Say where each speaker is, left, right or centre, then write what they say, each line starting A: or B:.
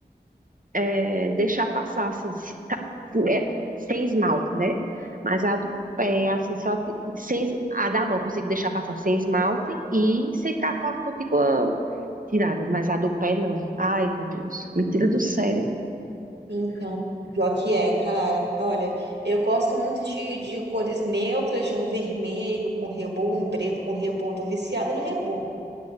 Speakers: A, on the right (about 55°); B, on the right (about 80°).
A: é, deixar passar, assim, se- tá, é, sem esmalte, né? Mas a do pé, assim, só te- sem, es- a da mão eu consigo deixar passar sem esmalte e secar com a cutícula tirada, mas a do pé não. Ai, meu Deus, me tira do sério.
B: Então, pior que é, cara. Olha, eu gosto muito de, de cores neutras, de um vermelho com rebô, um preto com rebô. Tô viciada no rebô,